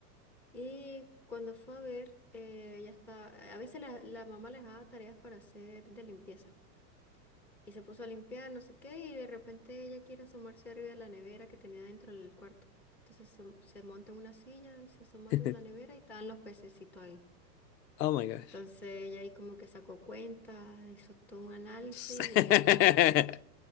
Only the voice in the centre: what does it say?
Y cuando fue a ver, eh, ella está, a veces la, la mamá les daba tareas para hacer de limpieza. Y se puso a limpiar, no sé qué, y de repente ella quiere asomarse arriba de la nevera que tenía dentro del cuarto. Entonces so- se monta en una silla, se asoma
arriba de la nevera y estaban los pececitos ahí.
Entonces ella ahí como que sacó cuenta, hizo todo un análisis
y ahí como que